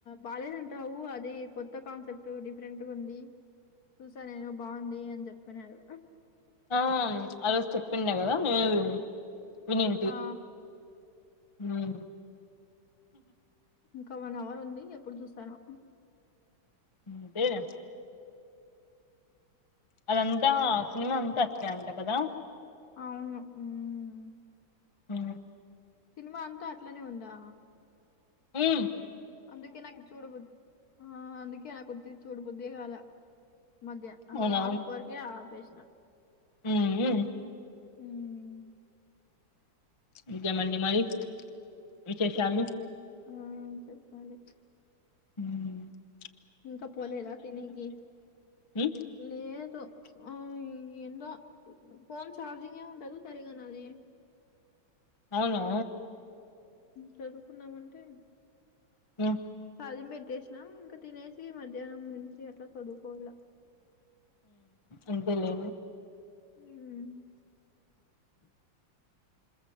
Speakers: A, on the left; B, on the left.
A: బాలేదంటావు అది కొత్త కాన్సెప్ట్ డిఫరెంట్గుంది. చూసా నేను బావుంది అని చెప్పన్నారు.
B: ఆ ఆ రోజు చెప్పిండే కదా నేను వినింటి
A: ఆ
B: ఆ
A: ఇంకా వన్ అవర్ ఉంది ఎప్పుడు చూస్తానో.
B: అంతేగా అదంతా సినిమా అంతా అట్నే అంటా కదా.
A: అవును హ్మ్
B: హ
A: సినిమా అంతా అట్లనే ఉందా?
B: హ్
A: అందుకే నాకు చూడబుద్ది ఆ అందుకే నాకొద్ది చూడబుద్దే కాల. మధ్య ఆ
B: అవునా
A: ఆఫ్ వరకే ఆపేశినా.
B: హుహ్
A: హ్మ్
B: ఇంకేమండి మరి విశేషాలు?
A: చెప్పాలి ఆ చెప్పాలి.
B: హ్
A: ఇంకా పోలేదా తినికి?
B: ఉమ్
A: లేదు ఆ ఎందో ఫోన్ చార్జింగే ఉండదు సరిగా నాది.
B: అవునా
A: చదువుకున్నామంటే
B: <unintelligible>
A: హాలిం పెట్టేశినా ఇంకా తినేసి మధ్యాహ్నం నుం చి అట్లా చదువుకోవలా.
B: అంతేలే
A: హ్